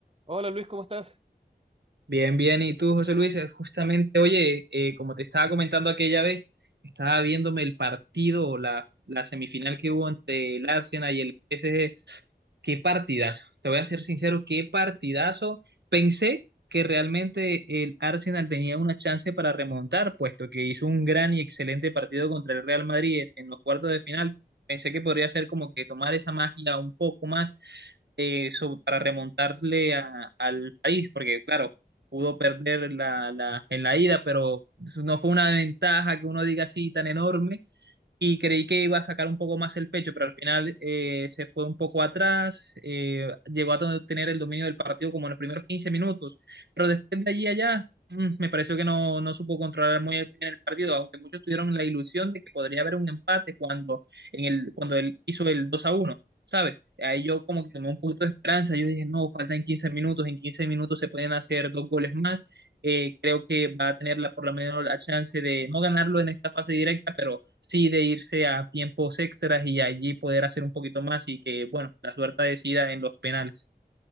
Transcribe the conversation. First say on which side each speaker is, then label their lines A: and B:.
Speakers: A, on the right (about 35°); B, on the right (about 80°).
A: Hola Luis, ¿cómo estás?
B: Bien, bien. ¿Y tú, José Luis? Eh, Justamente, oye, eh, como te estaba comentando aquella vez, estaba viéndome el partido, o la, la semifinal que hubo entre el Arsenal y el PSG qué partidazo. Te voy a ser sincero, qué partidazo. Pensé que realmente el Arsenal tenía una chance para remontar, puesto que hizo un gran y excelente partido contra el Real Madrid en los cuartos de final. Pensé que podría ser como que tomar esa magia un poco más eh, so- para remontarle a- al país, porque claro, pudo perder la, la- en la ida, pero no fue una ventaja que uno diga así tan enorme y creí que iba a sacar un poco más el pecho, pero al final eh, se fue un poco atrás, eh, llegó a tener el dominio del partido como en los primeros 15 minutos, pero después de allí allá mm, me pareció que no, no supo controlar muy bien el partido, aunque muchos tuvieron la ilusión de que podría haber un empate cuando, en el, cuando él hizo el 2 a uno ¿Sabes? Ahí yo como que tomé un poquito de esperanza. Yo dije, no, faltan 15 minutos. En 15 minutos se pueden hacer dos goles más. Eh, creo que va a tener la, por lo menos la chance de no ganarlo en esta fase directa, pero sí de irse a tiempos extras y allí poder hacer un poquito más y que, bueno, la suerte decida en los penales.